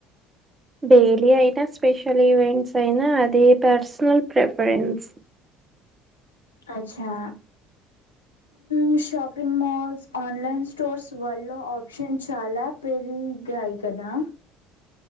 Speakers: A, on the right (about 25°); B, on the left (about 80°).
A: డైలీ అయిత స్పెషల్ ఈవెంట్స్ అయినా అది పర్సనల్ ప్రిఫరెన్స్
B: అచ్చా మ్ షాపింగ్ మాల్స్ ఆన్లైన్ స్టోర్స్ వల్ల ఆప్షన్ చాలా పెరి ఇగ్గ అయితదా